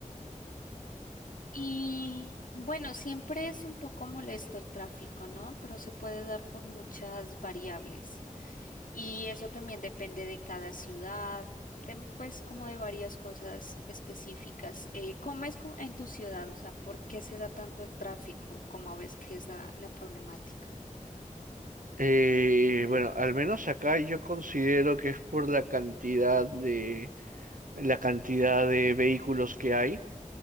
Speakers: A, on the left; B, on the right.
A: Y bueno, siempre es un poco molesto el tráfico, ¿no? Pero se puede dar por muchas variables. Y eso también depende de cada ciudad, de, pues como de varias cosas específicas. Eh, ¿cómo es como en tu ciudad? O sea, ¿por qué se da tanto el tráfico? ¿Cómo ves que es la, la problemática?
B: Eh, bueno, al menos acá yo considero que es por la cantidad de la cantidad de vehículos que hay.